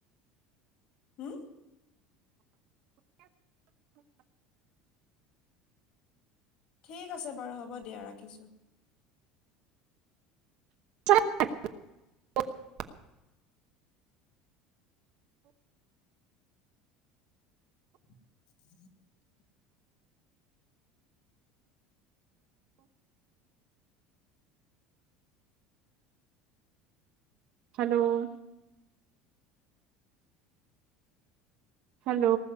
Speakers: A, on the left; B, on the right.
A: হম ঠিক আছে বাৰু হ'ব দিয়া ৰাখিছোঁ
B: <unintelligible>
A: <unintelligible>
B: হেল্ল' হেল্ল'